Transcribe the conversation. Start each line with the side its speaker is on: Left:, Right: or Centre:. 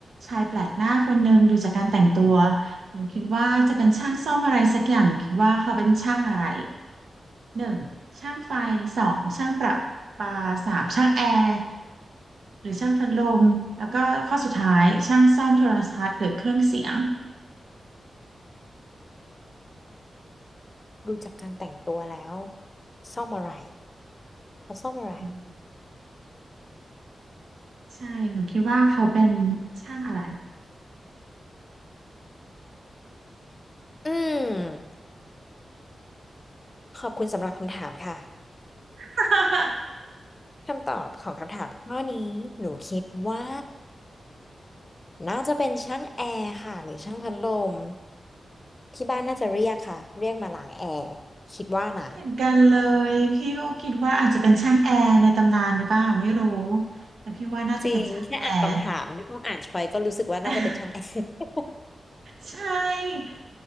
Right: ชายแปลกหน้าคนหนึ่งดูจากการแต่งตัวหนูคิดว่าจะเป็นช่างซ่อมอะไรสักอย่างหนูคิดว่าเขาเป็นช่างอะไรหนึ่งช่างไฟสองช่างประปาสามช่างแอร์ หรือช่างพัดลมแล้วก็ข้อสุดท้ายช่างซ่อมโทรทัศน์หรือเครื่องเสียง
Left: ดูจากการแต่งตัวแล้วซ่อมอะไรเขาซ่อมอะไร
Right: อืมใช่หนูคิดว่าเขาเป็นช่างอะไร
Left: อืมขอบคุณสำหรับคำถามค่ะ
Right: <laughs>
Left: <laughs> คำตอบของคำถามข้อนี้หนูคิดว่าน่าจะเป็นช่างแอร์ค่ะหรือช่างพัดลมที่บ้านน่าจะเรียกค่ะเรียกมาล้างแอร์คิดว่านะ
Right: เหมือนกันเลยพี่ก็คิดว่าอาจจะเป็นช่างแอร์ในตำนานหรือเปล่าไม่รู้แต่พี่ว่าน่าจะเป็นช่างแอร์
Left: จริงแค่อ่านคำถามไม่ต้องอ่านชอยก็รู้สึกว่าน่าจะเป็นช่างแอร์
Right: <laughs> ใช่